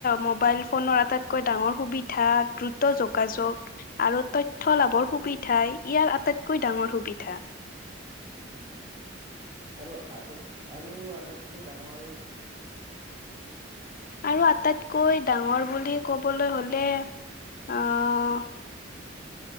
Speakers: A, on the left; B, on the right.
A: মোবাইল ফনৰ আটাইতকৈ ডাঙৰ সুবিধা দ্ৰুত যোগাযোগ আৰু তথ্য লাভৰ সুবিধাই ইয়াৰ আটাইতকৈ ডাঙৰ সুবিধা
B: উম আৰু আত আৰু আৰু আটাইতকৈ ডাঙৰ হয়
A: আৰু আটাইতকৈ ডাঙৰ বুলি ক'বলৈ হলে আঁহ